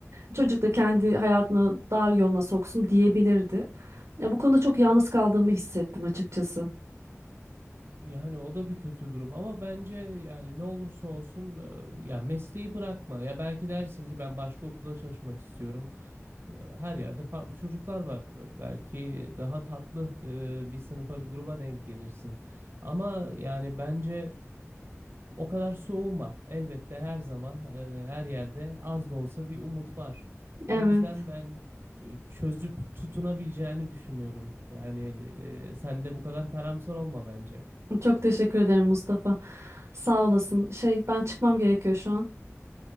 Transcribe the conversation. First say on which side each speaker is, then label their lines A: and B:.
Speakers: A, on the right; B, on the right.
A: Çocuk da kendi hayatını daha yoluna soksun diyebilirdi. Ya, bu konuda çok yalnız kaldığımı hissettim açıkçası.
B: Yani o da bir kötü durum ama bence yani ne olursa olsun e, ya mesleği bırakma. Ya belki dersin ki ben başka okulda çalışmak istiyorum. E, Her yerde farklı çocuklar var. E, Belki daha tatlı e, bir sınıfa bir gruba denk gelirsin. Ama yani bence o kadar soğuma. Elbette her zaman e, her yerde az da olsa bir umut var.
A: Evet.
B: O yüzden ben ç- çözüp tutunabileceğini düşünüyorum. Yani e, sen de bu kadar karamsar olma bence.
A: Çok teşekkür ederim Mustafa. Sağ olasın. Şey ben çıkmam gerekiyor şu an.